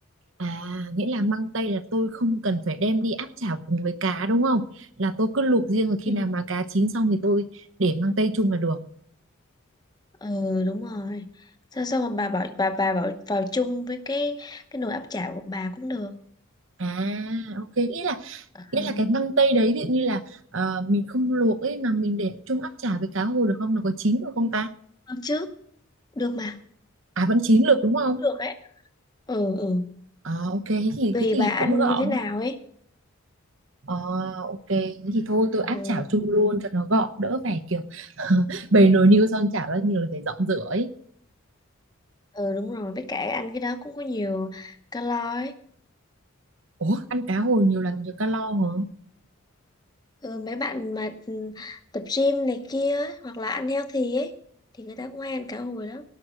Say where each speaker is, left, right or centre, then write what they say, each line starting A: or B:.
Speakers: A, on the right; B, on the left.
A: À, nghĩa là măng tây là tôi không cần phải đem đi áp chảo cùng với cá đúng không? Là tôi cứ luộc riêng rồi khi
B: ừ,
A: nào mà cá chín xong thì tôi để măng tây chung là được.
B: ừ đúng rồi xong xong rồi bà bỏ bà bà bỏ vào chung với cái cái nồi áp chảo của bà cũng được
A: À, ok, nghĩa là
B: ừ,
A: nghĩa là cái măng tây đấy ví dụ như là ờ, mình không luộc ấy mà mình để chung áp chảo với cá hồi được không nó có chín được không ta
B: được chứ được mà
A: à vẫn chín được đúng không
B: cũng được ấy ừ ừ
A: Ờ ok thế thì
B: tùy
A: thế thì
B: bà ăn
A: cũng gọn
B: như thế nào ấy
A: Ờ ok thế thì thôi tôi áp
B: ừ,
A: chảo chung luôn cho nó gọn đỡ phải kiểu <laughs> bày nồi niêu son chảo ra nhiều là phải dọn rửa ấy
B: ừ đúng rồi với cả ăn cái đó cũng có nhiều calo ấy
A: ủa ăn cá hồi nhiều là nhiều calo hả
B: ừ, mấy bạn mà ừ, tập gym này kia ấy, hoặc là ăn healthy ấy thì người ta cũng hay ăn cá hồi lắm